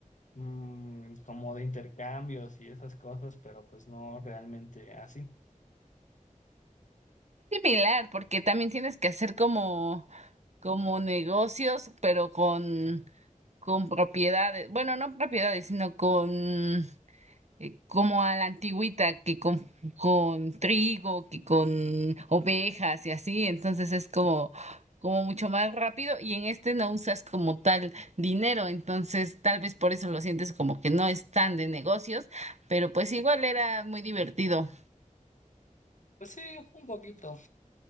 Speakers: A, on the left; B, on the right.
A: mm, como de intercambios y esas cosas, pero pues no realmente así.
B: Similar, porque también tienes que hacer como, como negocios, pero con, con propiedades, bueno, no propiedades, sino con eh, como a la antigüita, que con, con trigo, que con ovejas y así, entonces es como, como mucho más rápido y en este no usas como tal dinero, entonces tal vez por eso lo sientes como que no es tan de negocios, pero pues igual era muy divertido.
A: Pues sí, un poquito,